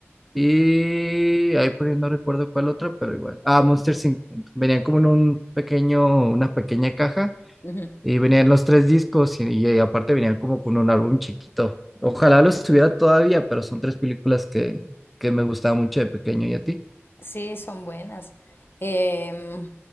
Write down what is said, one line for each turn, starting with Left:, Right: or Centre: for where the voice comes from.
Centre: y ahí por ahí no recuerdo cuál otra, pero igual. Ah, Monsters Inc. Venían como en un pequeño, una pequeña caja
Left: Ujú.
Centre: y venían los tres discos y, y aparte venían como con un álbum chiquito. Ojalá lo estuviera todavía, pero son tres películas que, que me gustaban mucho de pequeño. ¿Y a ti?
Left: Sí, son buenas. Em,